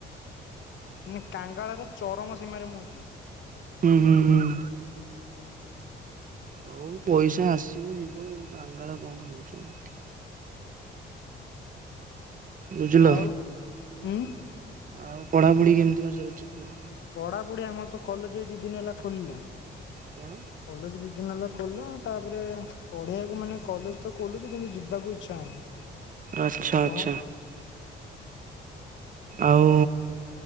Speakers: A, on the left; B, on the right.
A: ମୁଁ କାଙ୍ଗାଳ ର ଚରମ ସୀମାରେ ମୁଁ ଅଛି।
B: ହୁଁ ହୁଁ ହୁଁ।
A: ଓହୋ
B: ହଉ ପଇସା ଆସିବ ଯିବ ଆ କାଙ୍ଗାଳ କଣ ହଉଛ ଆଉ। ବୁଝିଲ।
A: ଆଉ ହୁଁ
B: ଆଉ ପଢ଼ାପଢ଼ି କେମତି କଣ ଚାଲିଛି?
A: ପଢାପଢି ଆମର ତ କଲେଜ ଦି ଦିନ ହେଲା ଖୋଲିଲା।
B: କଣ
A: କଲେଜ ବି ଦିନ ହେଲା ଖୋଲଆ ତାପରେ ପଢିବାକୁ ମାନେ କଲେଜ ତ ଖୋଲୁଛ କିନ୍ତୁ ଯିବାକୁ ଇଚ୍ଛା ହଉନି।
B: ଆଚ୍ଛା
A: କଣ
B: ଆଚ୍ଛା ଆଉ